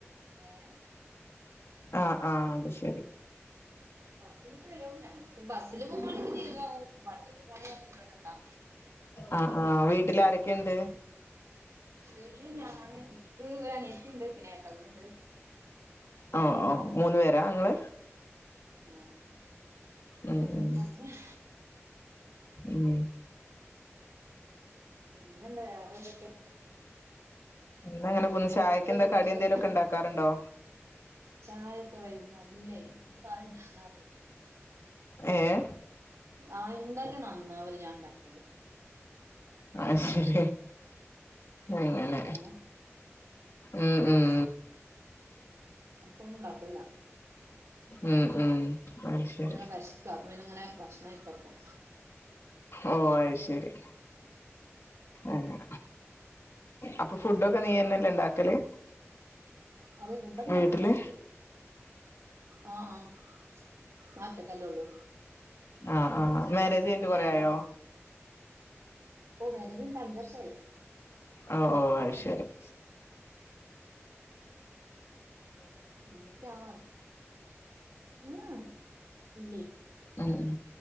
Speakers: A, on the right; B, on the left.
A: ഏ
B: ആഹ് ആഹ് അത്ശെരി
A: പത്തിൻറ്റ് വെരും ഞങ്ങക്ക് ബസ്സില് പോവാണെങ്കില് ഇരുവതാവും വണ്ടിമ്മെ പോ വാണെങ്കി പത്തിൻറ്റോണ്ടെത്താം
B: ആഹ് ആഹ് വീട്ടിൽ ആരൊക്കെയുണ്ട്
A: വീട്ടില് ഞാന് ഇൻക്ക് ഒരനിയത്തിണ്ട് പിന്നെ ഏട്ടനുണ്ട്.
B: ഓഹ് ഓഹ് മൂന്ന് പേരാ ഇങ്ങള്?
A: ആഹ്
B: ഉം ഉം
A: അങ്ങനെ
B: ഉം
A: പിന്നെന്താ വേറെന്തെക്കെ?
B: എന്താ അങ്ങനെപോണ് ചായക്കെന്താ
A: ഫുഡൊക്കെ
B: കടിയെന്തേലൊക്കെ ഇണ്ടാക്കാറ്ണ്ടോ?
A: ചായൊക്കെ വൈകുന്നേ ഇല്ലേ അങ്ങൻത്തെ കടിയൊന്ന്ണ്ടാക്കാറില്ല.
B: ഏഹേ?
A: ആഹ് എന്തായാലും നന്നാവൂല ഞാ ഇണ്ടാക്കിയാല്
B: അഹ്ശെരി അങ്ങനെ
A: ഏ
B: ഉം ഉം
A: അപ്പൊന്നുണ്ടാക്കേല്ല.
B: ഉം ഉം അത് ശരി
A: ഇപ്പെങ്ങനെ വെശ്ക്കാ അപ്പ പിന്നെങ്ങനെ ഭക്ഷണം കഴിക്കാപ്പം
B: ഓ അഹ്ശെരി അങ്ങനെ അപ്പൊ ഫുഡൊക്കെ നീയന്നെല്ലെണ്ടാക്കല്?
A: പിന്നെ അതെ ഫുഡൊക്കെ
B: വീട്ടില്
A: ഞാനാണ്ടാക്കല് ആഹ് ആഹ് ഞാ ഒറ്റക്കല്ലൊള്ളൂ
B: ആഹ് ആഹ്
A: ഇൻക്കും
B: മാരേജ്
A: ഹസ്ബന്റിനുള്ളെ
B: കഴിഞ്ഞിട്ട് കൊറേ
A: ഞാണ്ടാകും
B: ആയോ
A: ഓഹ് മേരേജ് കഴിഞ്ഞിട്ട് അഞ്ച് വർഷായി
B: ഓഹ് ഓഹ് അഹ് ശരി <unintelligible>
A: <unintelligible> ഇല്ലേ
B: ഉം